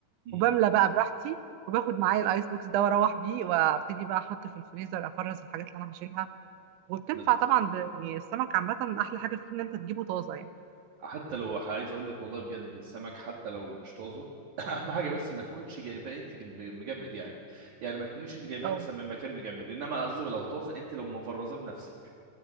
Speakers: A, on the right (about 55°); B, on the right (about 80°).
A: امم
B: وبملى بقى براحتي وباخد معايا الايس بوكس ده واروح بيه وابتدي بقى احط في الفريزر افرز الحاجات اللي انا هشيلها وبتنفع
A: ب-
B: طبعا ب... يعني السمك عامة أحلى حاجة فيه إن أنت تجيبه طازة يعني
A: حتى لو ح- عايز اقول لك والله بجد السمك حتى لو مش طازه <clears throat> اهم حاجه بس ما تكونش جايباه انت جنب- مجمد يعني يعني ما تكونيش انت جايباه
B: اه
A: مثلا من مكان مجمد انما قصدي لو طازه انت لو مفرزاه بنفسك